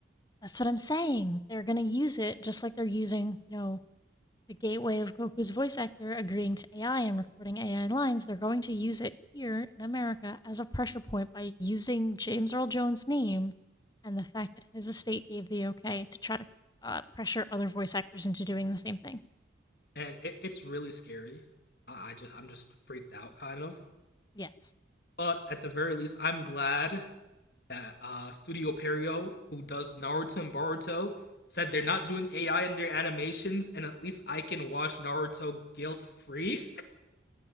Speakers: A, on the left (about 20°); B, on the left (about 55°).
A: That's what I'm saying. They're going to use it just like they're using, you know, the gateway of Goku's voice actor agreeing to AI and recording AI lines. They're going to use it here in America as a pressure point by using James Earl Jones' name and the fact that his estate gave the okay to try to uh, pressure other voice actors into doing the same thing.
B: And it, it's really scary. I, I just I'm just freaked out kind of.
A: Yes.
B: But at the very least, I'm glad that uh, Studio Perio, who does Naruto and Boruto, said they're not doing AI in their animations, and at least I can watch Naruto guilt free.